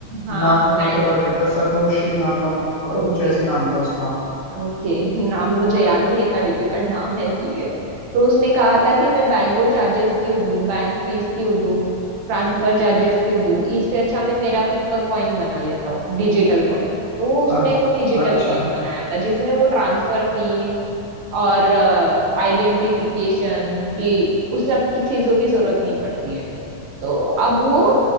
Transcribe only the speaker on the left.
नाकामोटो
करके था सतोशी नाकामोटो
कुछ ऐसी नाम था उसका
अ-
अच्छा